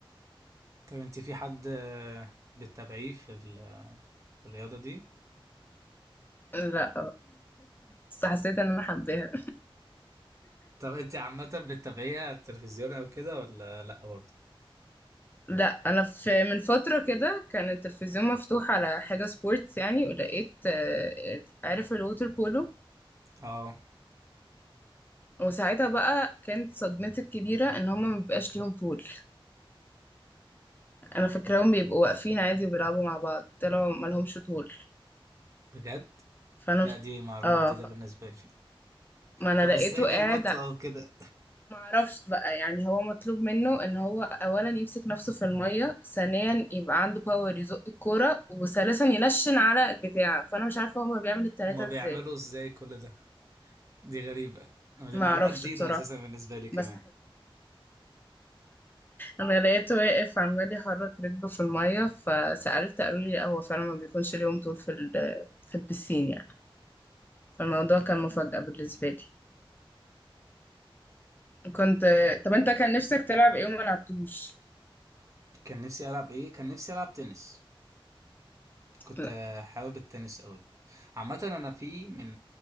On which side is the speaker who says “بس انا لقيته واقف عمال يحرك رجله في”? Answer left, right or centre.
Left